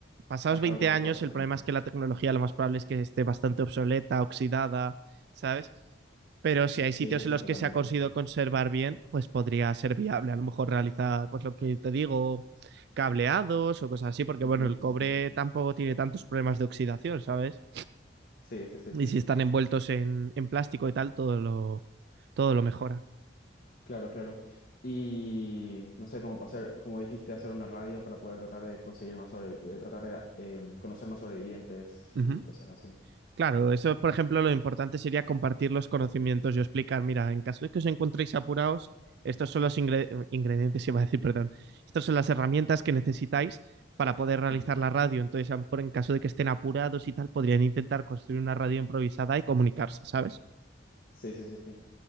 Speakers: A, on the right; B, on the left.
A: pasados
B: hacer
A: 20
B: algún tipo
A: años,
B: de experimento.
A: el problema es que la tecnología lo más probable es que esté bastante obsoleta, oxidada, ¿sabes? Pero si hay
B: Sí,
A: sitios
B: sí, sí,
A: en los
B: totalmente.
A: que se ha conseguido conservar bien, pues podría ser viable. A lo mejor realizar, pues lo que te digo, cableados o cosas así, porque
B: Ujú,
A: bueno, el cobre
B: ujú.
A: tampoco tiene tantos problemas de oxidación, ¿sabes?
B: Sí, sí, sí,
A: Y
B: sí.
A: si están envueltos en, en plástico y tal, todo lo, todo lo mejora.
B: Claro, claro. Y no sé, cómo hacer, como dijiste, hacer una radio para poder tratar de conseguir más sobre, de tratar de em, conocer más sobrevivientes
A: Ujú.
B: y cosas así.
A: Claro, eso, por ejemplo, lo importante sería compartir los conocimientos y explicar, mira, en caso de que os encontréis apurados, estos son los ingre- eh, ingredientes, iba a decir, perdón, estas son las herramientas que necesitáis para poder realizar
B: Ujú.
A: la radio. Entonces, a lo mejor en caso de que estén apurados y tal, podrían intentar construir una radio improvisada y comunicarse, ¿sabes?
B: Sí, sí, sí, sí.